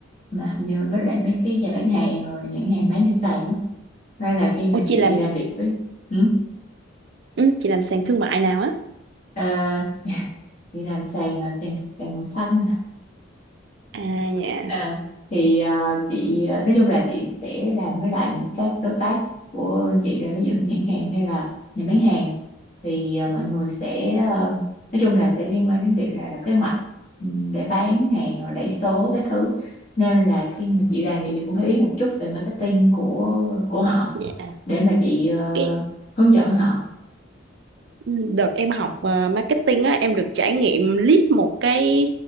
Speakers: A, on the left; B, on the right.
A: mà như với lại mấy cái nhà bán hàng rồi nhãn hàng bán trên sàn á nên là khi mà
B: ô chị
A: chị
B: làm
A: làm việc với ừ,
B: ừ, chị làm sàn thương mại nào á
A: ờ, <laughs> chị làm sàn ờ, sàn sàn màu xanh
B: à dạ
A: à, thì à, chị à, nói chung là chị sẽ làm với lại các đối tác của anh chị là ví dụ nhãn hàng hay là nhà bán hàng thì à, mọi người sẽ à, nói chung là sẽ liên quan đến việc là, là kế hoạch ừ, để bán hàng rồi đẩy số cái thứ nên là khi mà chị làm thì chị cũng phải biết một chút về marketing của của họ
B: dạ
A: để mà chị ờ,
B: cái
A: hướng dẫn họ
B: ừ, đợt em học ờ, marketing á em được trải nghiệm lead một cái